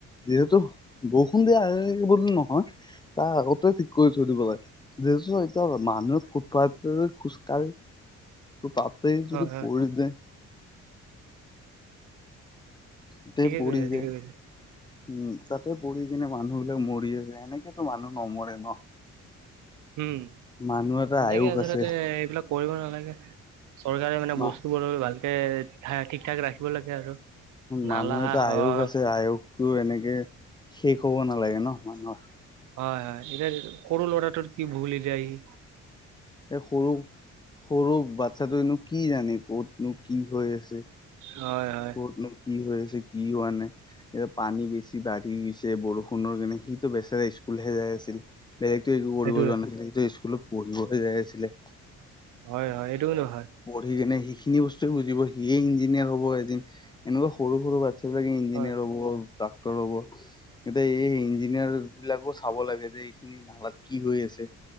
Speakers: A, on the left; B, on the right.
A: যিহেতু বৰষুণ দিয়া আগে বুলি নহয়। ত আগতে ঠিক কৰি থৈ দিব লাগে, যিহেতু এতি মানুহে ফুটপাতে খোজকাঢ়ি ত' তাতেই
B: হয়
A: যদি
B: হয়
A: পৰি যে তাতে
B: ঠিকে
A: প়িৰি
B: কৈছে
A: যে।
B: ঠিকে
A: <unintelligible>
B: কৈছে
A: উম, তাতে পৰি কিনে মানুহ বিলাক মৰিয়ে যায়, এনেকেতো মানুহ নমৰে ন।
B: উম।
A: মানুহ এটা
B: এনেকে
A: আয়ুস
B: আচলতে
A: আছে
B: এইবিলাক কৰিব নালাগে, চৰকাৰে মানে
A: ন।
B: বস্তুবোৰ ভাল এ ঠা ঠিক ঠাক ৰাখিব লাগে আৰু। নালা
A: মানুহ এটা
B: হয়
A: আয়োস আছে, আয়োসটো এনেকে শেষ হ'ব নালাগে ন মানুহৰ?
B: হয়, হয়, এতিয়া সৰু ল'ৰাটোৰ কি ভুল? এতিয়া আহি
A: এই সৰু-সৰু বাচ্ছটোনো কি জানে কতনো কি হৈ আছে?
B: হয়, হয়।
A: ক'তনো কি হৈ আছে কি হোৱা নাই। এতিয়া পানী বেছি বাঢ়ি গৈছে বৰষুণৰ কাৰণে সিটো বেচেৰা স্কুলহে যায়ই আছিল। বেলেগতটো একো কৰিব
B: সেইটোৱে
A: যোৱা নাছিলে সিটো স্কুলত পঢ়িবহে যাই আছিলে।
B: হয়, হয় এইটো কিন্তু হয়।
A: পঢ়ি কেনে সিখিনি বস্তুৱয়ে বুজিব সিয়ে ইঞ্জিনিয়াৰ হব এদিন এনেকুৱা সৰু-সৰু বা সবিলাক ইঞ্জিনিয়াৰ
B: হয়। হয়।
A: হ'ব, ডাক্তৰ হ'ব। এতিয়া এই ইঞ্জিনিয়াৰ বিলাকো চাব লাগে যে এইখিনি নালাত কি হৈ আছে।